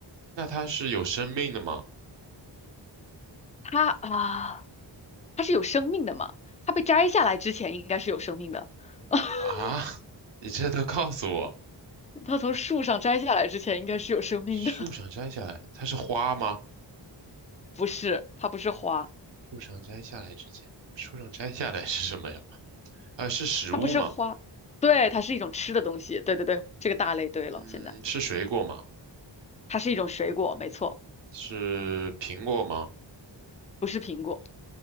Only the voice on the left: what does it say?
它啊，它是有生命的嘛，它被摘下来之前应该是有生命的，<laughs>
它从树上摘下来之前应该是有生命的，
<laughs> 不是，它不是花，
它不是花，对，它是一种吃的东西，对对对，这个大类对了，
现在
它是一种水果，没错，
不是苹果。